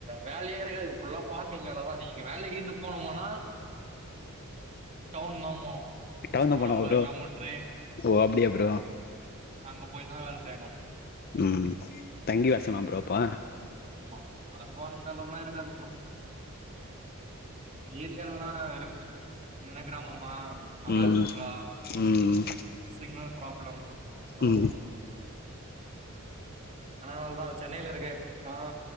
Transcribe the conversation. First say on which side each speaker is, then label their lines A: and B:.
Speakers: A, on the right; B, on the left.
A: வேலை யே இருக்காது ஃபுல்லா ஃபார்மிங் வேல தா நீங்க வேலைக்கின்டு போனுமானா டவுன்ந்தாம் போனு
B: டவுன்ந்தா
A: ஒரு
B: போனா
A: அம்பது
B: ப்ரோ
A: கிலோமீட்ரு
B: ஓ அப்டியா ப்ரோ
A: அங்க போய் தா வேல செய்னு
B: ம் தங்கி வே செய்மா ப்ரோ அப்ப
A: ஆமா அதுவு அந்த அளவுக்லா இருக்காது ப்ரோ ஏரியால்லா இருக்கு சின்ன கிராமமா மல
B: ம்
A: ஃபுல்லா
B: ம்
A: சிக்னல் ப்ராப்ளம் ஓ
B: ம்
A: ஆனா அவள்தா சென்னைலருக்கே ஆ